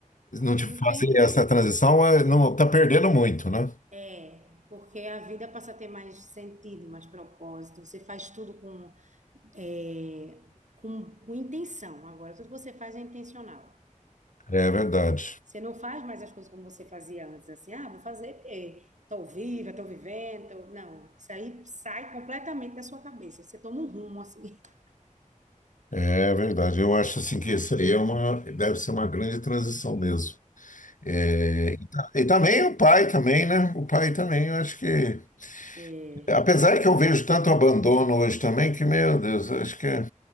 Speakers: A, on the left; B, on the right.
A: não te
B: Não
A: fazer
B: tem.
A: essa transição, é, não tá perdendo muito, né?
B: É, porque a vida passa a ter mais sentido, mais propósito. Você faz tudo com, é, com, com intenção. Agora, tudo que você faz é intencional.
A: É verdade,
B: Você não faz mais as coisas como você fazia antes, assim, ah, vou fazer porque estou viva, estou vivendo. tô-" Não, isso aí sai completamente da sua cabeça. Você toma um rumo, assim. <laughs>
A: é verdade. Eu acho assim que isso aí é uma, deve ser uma grande transição mesmo. É, e, ta- e também o pai também, né? O pai também, eu acho que,
B: É,
A: apesar que eu vejo tanto abandono hoje também, que, meu Deus, eu acho que é